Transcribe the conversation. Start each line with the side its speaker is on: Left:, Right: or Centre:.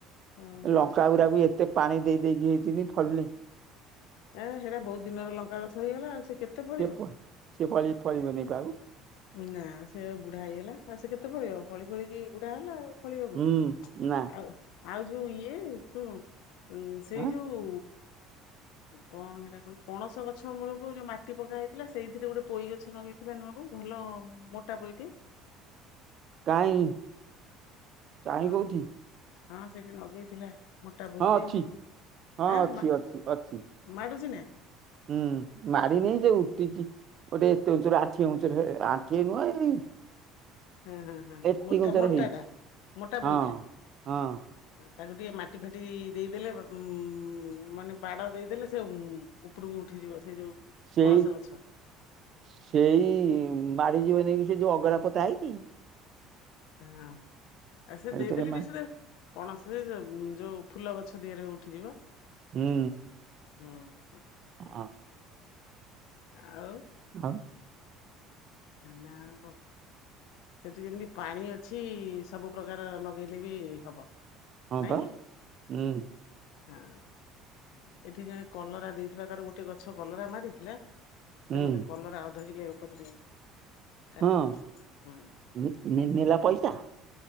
Left: ହଁ ହଁ।
Right: ଲଙ୍କାଗୁରାକୁ ଏତେ ପାଣି ଦେଇ ଦେଇକି ହେଇଥିନି ଫଳୁନେଇ।
Left: ଏ ହେରା ବହୁତ ଦିନରେ ଲଙ୍କା ଗଛ ହେଇଗଲା ଆଉ ସେ କେତେ ଫଳିବ?
Right: ସିଏ ଫ ସିଏ ପଳି ଫଳିବନି ପା ଆଉ।
Left: ନା ସେ ବା ବୁଢା ହେଇଗଲା। ଆଉ ସେ କେତେ ପଳିବ ଫଳି ଫଳିକି ବୁଢା ହେଲା ଆଉ ଫଳିବ କଣ
Right: ହୁଁ ନା
Left: ଆଉ ଆଉ ଯୋଉ ଇଏ ଶୁଣ ସେଇ
Right: ଆଁ
Left: ଯୋଉ। କଣ ହେଟା କହନି ପଣସ ଗଛ ମୂଳକୁ ଯୋଉ ମାଟି ପକା ହେଇଥିଲା ସେଇଥିରେ ଗୋଟେ ପୋଇ ଗଛ ନଗେଇଥିଲା ନୁଆ ବୋଉ ଭଲ ମୋଟା ପୋଇଟେ।
Right: କାଇଁ। କାଇଁ
Left: ହଁ
Right: କୋଉଠି
Left: ହଁ ସେଠି ନଗେଇଥିଲା। ମୋଟା ପୋଇ
Right: ହଁ
Left: ଟେ
Right: ଅଛି
Left: ମୁଁ ନି
Right: ହଁ
Left: ଆଁ
Right: ଅଛି
Left: ମା
Right: ଅଛି ଅଛି
Left: ମାଡୁଛି ନା।
Right: ହୁଁ ମାଡି ନେଇ ଯେ ଉଟିଛି। ଗୋଟେ ଏତେ ଉଁଚରୁ ଆଣ୍ଠିଏ ଉଁଚରୁ ଏ ଆଣ୍ଠିଏ ନୁହେଁ ଏଇ
Left: ହୁଁ ହୁଁ ହୁଁ
Right: ଏତିକି
Left: ମୋଟା
Right: ଉଞ୍ଚର
Left: ମୋଟା
Right: ହେଇଛି
Left: ଟା ମୋଟା
Right: ହଁ
Left: ପୋଇଟା।
Right: ହଁ
Left: ତାକୁ ଟିକେ ମାଟି ଫାଟି ଦେଇଦେଲେ ଉ ମାନେ ବାଡ ଦେଇଦେଲେ ସେ ଉଁ ଉପରକୁ ଉଠିଯିବ ସେ ଯୋଉ।
Right: ସେଇ
Left: ପଣସ ଗଛ
Right: ସେଇ ମାଡିଯିବ ନେଇକି ସେ ଯୋଉ ଅଗରା ପୋତା ହେଇଛି।
Left: ହଁ ଆ ସେ
Right: ତା ଭିତରେ
Left: ଦେଇଦେଲେ
Right: ମା
Left: ବି ସେଟା ପଣସ ଦେ ଜବୁ ଯୋଉ ଫୁଲ ଗଛ ଦିହରେ ଉଠିଯିବ।
Right: ହୁଁ।
Left: ହୁଁ। ହୁଁ
Right: ହଁ।
Left: ଆଉ
Right: ଖାଉ
Left: ନା ଆଉ ଙ୍କ ସେଠି ଯେମିତି ପାଣି ଅଛି ସବୁ ପ୍ରକାର ଲଗେଇଲେ ବି ହବ।
Right: ହଁ
Left: ନାଇଁ
Right: ବା
Left: କି?
Right: ହୁଁ।
Left: ହଁ। ଏଠି ଜଣେ କଲରା ଦେଇଥିଲା ତାର ଗୋଟେ ଗଛ କଲରା ମାରିଥିଲା।
Right: ହୁଁ
Left: ସେ ମତେ କଲରା ଅଧ କିଲେ ଉପରେ ଦେଇ କାଲି
Right: ହଁ
Left: ହୁଁ
Right: <unintelligible> ନେଲା ପଇସା?